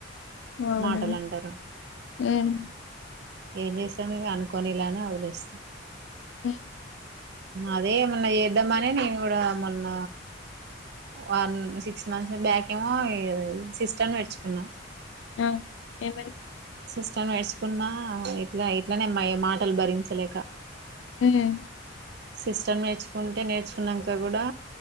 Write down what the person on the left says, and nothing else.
అవునా
హ్మ్
ఓ <inaudible>
ఆ ఏమని
మ్